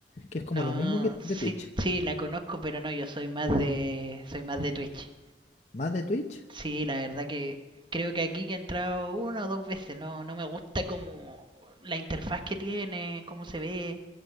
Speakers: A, on the left (about 40°); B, on the right (about 25°).
A: que es como
B: No,
A: lo mismo que
B: sí,
A: de Twitch,
B: sí, la conozco, pero no, yo soy más de... Soy más de Twitch.
A: más de Twitch.
B: Sí, la verdad que creo que aquí que he entrado una o dos veces, no, no me gusta como la interfaz que tiene, cómo se ve.